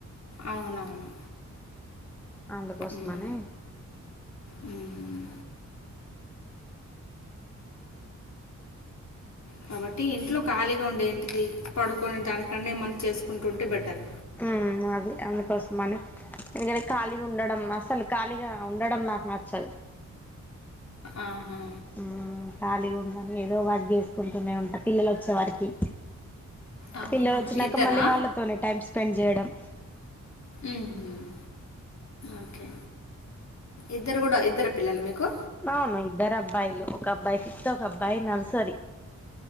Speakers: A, on the left; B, in the centre.
A: అవునవును
B: అందుకోసమని
A: ఉమ్ ఉమ్ కాబట్టి ఇంట్లో ఖాళీగా ఉంటే ఏంటిది పడుకొని దానికన్నా ఏమన్నా చేసుకుంటుంటే బెటర్
B: ఉ అది అందుకోసం అని ఎందుకంటే ఖాళీగా ఉండడం అసలు ఖాళీగా ఉండడం నాకు నచ్చదు
A: అహా
B: ఉమ్ కాలిగుం ఏదో వర్క్ చేసుకుంటూనే ఉంటా పిల్లలు వచ్చే వరికి
A: అవునా!
B: పిల్లలు వచ్చినాక
A: ఇద్దరా?
B: మళ్ళీ వాళ్ళతోనే టైమ్ స్పె స్పెండ్ జేయడం
A: ఉమ్ ఓకే ఇద్దరు కూడా ఇద్దరు పిల్లలా మీకు
B: అవును ఇద్దరు అబ్బాయిలు ఒక అబ్బాయి ఫిఫ్త్ ఒక అబ్బాయి నర్సరి